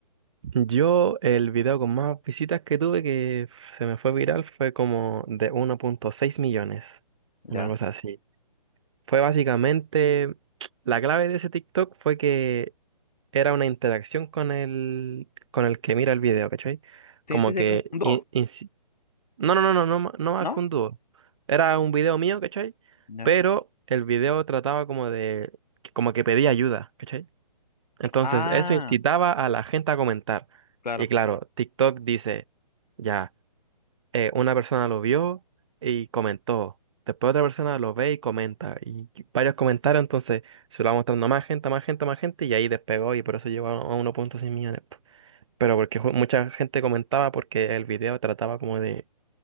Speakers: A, on the right; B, on the left.
A: Yo el video con más visitas que tuve que se me fue viral fue como de uno punto seis millones, una
B: Ya.
A: cosa así. Fue básicamente, la clave de ese TikTok fue que era una interacción con el, con el que mira el video, ¿cachai?
B: Sí,
A: Como
B: sí, sí,
A: que...
B: como un dúo,
A: in- insi- no, no, no, no, no, ma- no más
B: ¿no?
A: que un dúo. Era un video mío, ¿cachai?
B: Ya.
A: Pero el video trataba como de... como que pedía ayuda, ¿cachai? Entonces,
B: Ah,
A: eso incitaba a la gente a comentar.
B: claro.
A: Y claro, TikTok dice, ya, eh, una persona lo vio y comentó. Después otra persona lo ve y comenta. Y varios comentarios, entonces se lo va mostrando a más gente, a más gente, a más gente. Y ahí despegó y por eso llegó a a uno punto seis millones. po. Pero porque ju- mucha gente comentaba porque el video trataba como de